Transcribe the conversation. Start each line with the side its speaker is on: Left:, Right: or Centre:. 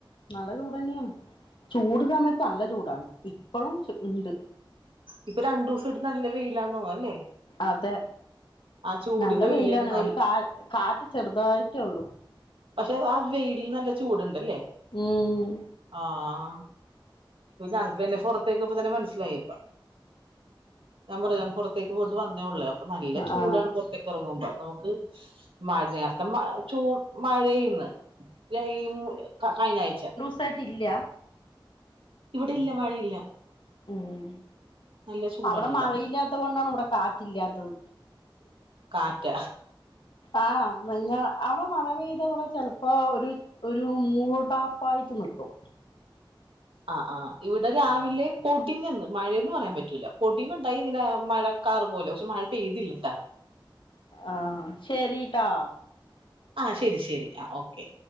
Left: നല്ല ചൂടന്നെയാണ് ചൂട് സമയത്ത് നല്ല ചൂടാണ്. ഇപ്പോളും ഉണ്ട്
Right: ഇപ്പൊ രണ്ടു ദിവസം ഇട്ട് നല്ല വെയിലാന്ന് തോന്നും അല്ലേ
Left: അതെ
Right: ആ ചൂടിന്റെ
Left: നല്ല വെയിലാണ്
Right: വെയില് തന്നെ നല്ല
Left: ഒരു കാ കാറ്റ് ചെറുതായിട്ടേ ഉള്ളൂ
Right: പക്ഷെ ആ വെയിലിൽ നല്ല ചൂടുണ്ടല്ലേ
Left: ഉം
Right: ആഹ് ഇപ്പൊ ഞങ്ങൾക്കെന്നെ പുറത്തേക്ക് പോവുമ്പോ തന്നെ മനസ്സിലായി ഞാൻ പറഞ്ഞില്ലെ പുറത്തെ പുറത്തേക്ക് പോയിട്ട് വന്നേ ഉള്ളേ അപ്പൊ നല്ല ചൂടാണ്
Left: ആ
Right: പുറത്തേക്ക് ഇറങ്ങുമ്പോ നമുക്ക് മഴ നേരത്തെ മ ചൂട് മഴെയന്ന് <unintelligible> കഴിഞ്ഞ ആഴ്ച
Left: സൈട്ട ഇല്ല
Right: ഇവിടെ ഇല്ല മഴയില്ല
Left: ഉം
Right: നല്ല ചൂടാണ്
Left: അവിടെ
Right: ഇവിടെ
Left: മഴയില്ലാത്ത കൊണ്ടാണ് ഇവിടെ കാ റ്റില്ലാത്തത്
Right: കാറ്റ
Left: ആഹ് നല്ല അവിടെ മഴ പെയ്ത കടെ ചെലപ്പ ഒരു ഒരു മൂടാപ്പായിട്ട് നിക്കും
Right: ആഹ് ആഹ് ഇവിടെ രാവിലെ പൊടിഞ്ഞന്ന് മഴയന്ന് പറയാൻ പറ്റൂല പൊടിവുണ്ടായി ഇങ്ങനെ മഴ കാറ് പോലെ പക്ഷെ മഴ പെയ്തില്ലട്ടാ
Left: ആഹ് ശരിട്ടാ
Right: ആഹ് ശരി ശരി ആഹ് ഓക്കെ